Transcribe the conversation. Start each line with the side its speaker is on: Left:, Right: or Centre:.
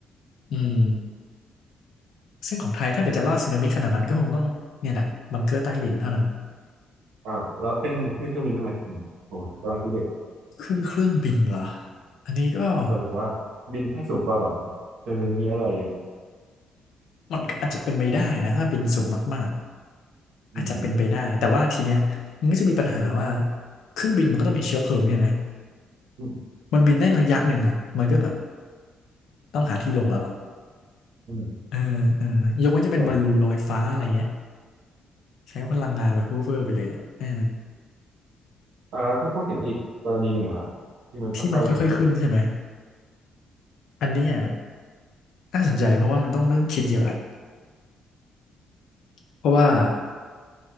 Left: อืมซึ่งของไทยถ้าเกิดจะรอดสึนามิขนาดนั้นก็คงต้องเนี่ยแหละบังเกอร์ใต้ดินเท่านั้น
Right: อ่าวเราเป็นที่เครื่องบินทำไมโอ้โหกำลังคิดเด็ก
Left: ขึ้นเครื่องบินเหรออันนี้ก็
Right: เราถึงว่าบินแค่สูงกว่าแบบจะมีนี้อะไรอย่าง
Left: มันก็อาจจะเป็นไปได้นะถ้าบินสูงมากๆอาจจะเป็นไปได้แต่ว่าทีเนี้ยมันก็จะมีปัญหาว่า
Right: อืม
Left: เครื่องบินมันก็ต้องมีเชื้อเพลิงใช่ไหม
Right: อืม
Left: มันบินได้ระยะหนึ่งอ่ะมันก็แบบต้องหาที่ลงแล้วอ่ะ
Right: อืมอืม
Left: เออเออยกเว้นจะเป็นบอลลูนลอยฟ้าอะไรเงี้ย
Right: อ่า
Left: ใช้พลังงานแบบเวอร์ๆไปเลยอ่ะเออ
Right: อ่าแล้วถ้าพูดถึงอีกกรณีหนึ่งอะครับที่มันค่อยๆเสียงขึ้น
Left: ที่มันค่อยๆขึ้นใช่ไหมอันเนี้ยน่าสนใจเพราะว่ามันต้องเริ่มคิดเยอะละเพราะว่า